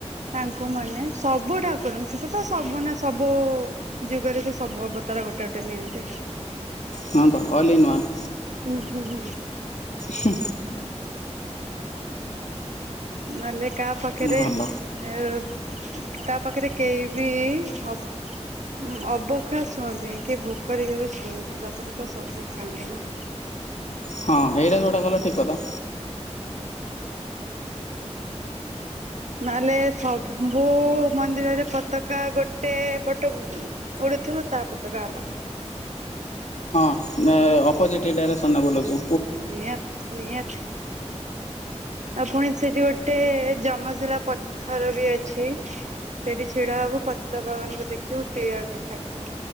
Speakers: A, on the right; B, on the left.
A: ତାଙ୍କୁ ମାନେ ସବୁ ଠା କରନ୍ତି ସେତ ସବୁ ନା ସବୁ ଯୁଗରେ ସେ ସବୁ ଅବତାର ଗୋଟେ ଗୋଟେ ନିଅନ୍ତି।
B: ହଁ ତ ଅଲ୍ ଇନ୍ ୱାନ୍।
A: ହୁଁ ହୁଁ ହୁଁ ହୁଁ।
B: ହେ।
A: ନାହେଲେ କା ପାଖେରେ।
B: ଭଲ
A: ଏ ତା ପାଖେରେ କେହି ବି ଅ ଉଁ ଅଭୋଖା ଶୁଅନ୍ତିନି କିଏ ଭୋକରେ କେବେ ଶୁଅନ୍ତିନି ତା ପାଖରେ ତ ସବୁ ଖାଆନ୍ତି ନା।
B: ହଁ ଏଇଟା ଯୋଉଟା କହିଲ ଠିକ କଥା।
A: ନହେଲେ ସବୁ ମନ୍ଦିରରେ ପତାକା ଗୋଟେ ପଟ ଉଡ଼ିଥିବ ତା ପତାକା ଅଲଗା।
B: ଅପୋଜିଟ ଡାଇରେକ୍ସନରେ ବୁଲୁଚି।
A: ନିହାତି ନିହାତି। ଆଉ ପୁଣି ସେଠି ଗୋଟେ ଯମଶଳା ପଥର ବି ଅଛି। ସେଠି ଛିଡା ହବୁ ପତିତପାବନଙ୍କୁ ଦେଖିବୁ କ୍ଲିୟର ଦେଖାଯିବ।